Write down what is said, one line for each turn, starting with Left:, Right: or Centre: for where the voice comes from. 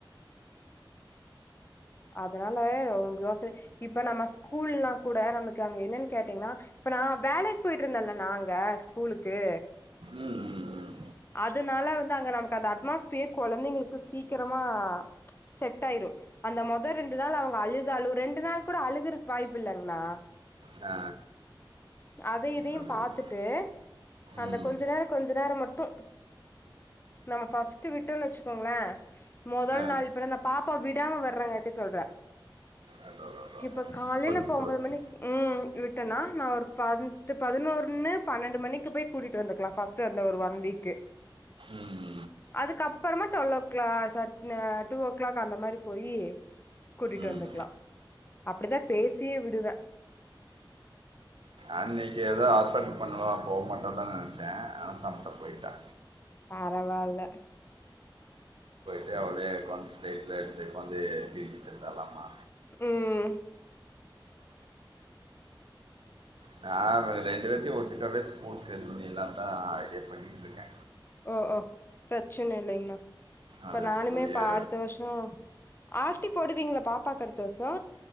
Left: அதனால ரொம் யோசன இப்ப நம்ம ஸ்கூல்லாங் கூட நமக்கு அங்க என்னன் கேட்டீங்னா இப்ப நா வேலைக் போயிட்ருந்தன்ல நா அங்க ஸ்கூலுக்கு
Right: ம் ம் ம்.
Left: அதுனால வந்து அங்க நமக்கு அந்த அட்மாஸ்ஃபியர் கொழந்தைங்களுக்கு சீக்கிரமா செட் ஆயிரு அந்த மொத ரெண்டு நாள் அவங்க அழுதாலோ ரெண்டு நாள் கூட அழுகுறக் வாய்ப்பில்லங்ணா
Right: ஆ
Left: அதை இதையும்
Right: அதுதான்
Left: பாத்துட்டு அந்த
Right: ம்
Left: கொஞ்ச நேரொ கொஞ்ச நேரம் மட்டு நம்ம ஃபஸ்ட்டு விட்டோன்னு வச்சுக்கோங்களே மொதல்
Right: ஆ,
Left: நாள் இப்ப அந்த பாப்பா விடாம வர்றங்காட்டி சொல்றே
Right: அதான் அதான்
Left: இப்போ காலையில
Right: கொஞ்சம்
Left: இப்போ
Right: சிரமம்
Left: ஒம்போது மணிக் ம் போய் விட்டன்னா நா ஒரு பந்த்து பதினொருன்னு பன்னெண்டு மணிக்கு போய் கூட்டிட்டு வந்துக்லா ஃபஸ்ட்டு அந்த ஒரு ஒன் வீக்கு
Right: ம்
Left: அதுக்கப்பறமா டுவெல் ஓ க்ளாக் ச ஆ டூ ஓ க்ளாக் அந்த மாரி போயி கூட்டிட்டு
Right: ம். ம்
Left: வந்துக்லா அப்டிதா பேசியே விடுவ
Right: அன்னக்கி ஏதோ ஆர்ப்பாட்டம் பண்ணுவா போ மாட்டான்தா நெனச்ச ஆனா சமத்தா போயிட்டா
Left: பரவால்ல
Right: டு அவளே உக்காந்து ஸ்லே ஒரே எடத்லே உக்காந்து கிருக்கிட்ருந்தாலாமா
Left: உம்
Right: நா இவங்க ரெண்டு பேத்தையு ஒட்டுக்காவே ஸ்கூலுக்கு இது பண்ணில்லான் தா ஐடியா பண்ணிட்ருக்க
Left: ஓ அப் ப்ரச்சன இல்லைங்ணா இப்ப
Right: அது
Left: நானுமே
Right: ஸ்கூல்லையே
Left: இப்ப அடுத்த வர்ஷொ ஆர் டி போடுவீங்கலா பாப்பாக்கு அடுத்த வர்ஷோ